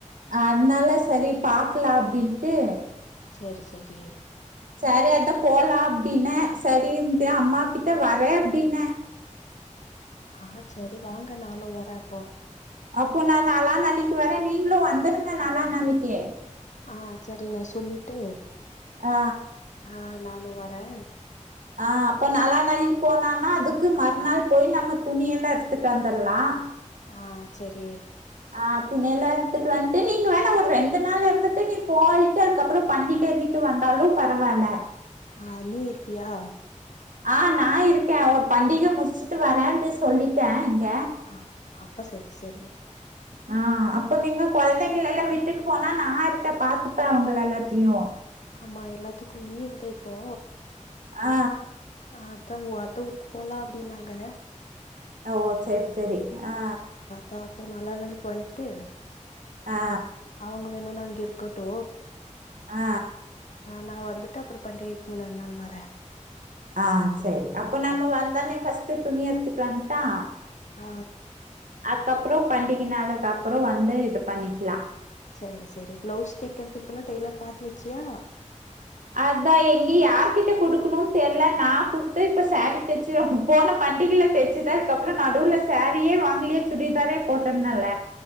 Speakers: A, on the right; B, on the left.
A: அத்னால சரிப் பாக்லா அப்டின்ட்டு
B: சரி சரி
A: சரி அத்தாப் போல்லா அப்டின்னே சரிம்த்தே அம்மாகிட்ட வரே அப்டின்னே
B: ஆ சரி வாங்க நானு வரே அப்போ
A: அப்போ நா நாலா நாளைக்கு வரறே நீங்ளு வந்துருங்க நாலா நாளிக்கே
B: ஆ சரி நா சொல்லிட்டு
A: ஆ
B: ஆ நானு வரே
A: ஆ அப்போ நாலா நாளைக் போனானா அதுக்கு மறுநாள் போயி நம்மத் துணியெல்லா எடுத்துட்டு வந்தர்லா
B: ஆ செரி
A: ஆ துணியெல்லா எடுத்துட்டு வன்ட்டு நீங்க வேணா ஒரு ரெண்டு நாளு இருந்துட்டு நீப் போயிட் டு அதுக்கப்பறோ பண்டிகை அன்னைக்கு வந்தாலுப் பரவால்ல
B: ஆ நீ இருப்பியா
A: ஆ நா இருக்கே ஒருப் பண்டிகே முடிச்சுட்டு வரேன்ட்டு சொல்லிட்டே இங்க
B: ஆ அப்ப செரி செரி
A: <inaudible> ஆ அப்போ நீங்க கொழந்தைங்கலெல்லா விட்டுட்டு போனா நா இருக்கேப் பாத்துப்பே அவுங்கள எல்லாத்தியு
B: ஆமா எல்லாத்துக்கு லீவுதா இப்போ
A: ஆ
B: அதா உ அத்த ஊருக்கு போலா அப்டினாங்க
A: ஓ செரி செரி ஆ
B: தாப்போ நாலா நாளைக்கு வன்ட்டே
A: ஆ
B: அவுங்க வேணுணா இங்க இருக்கட்டு
A: ஆ
B: நா வந்துட்டு அப்பறோப் பண்டிகைக் முன்னால் நாள் வரே
A: ஆ செரி அப்ப நம்ம வந்தோன்னே ஃபர்ஸ்ட்டு துணி எடுத்துட்டு வந்ட்டா
B: ஆ
A: அக்கப்றோப் பண்டிகை நாலே கப்புறோ வந்து இதுப் பண்ணிக்கிலா
B: சரி செரி ப்ளவுஸ் தெக்கிறதுக்குலா டெய்லர் பாத்து வெச்சியா
A: அதா எங்கே யாருகிட்ட குடுக்குணுன் தெர்ல நா குடுத்த இப்ப சாரி தெச்சிரு போனப் பண்டிகிலத் தெச்சது அதுக்கப்றோ நடுவுல சாரியே வாங்கிலியே சுடிதாரேப் போட்டுந்தல்ல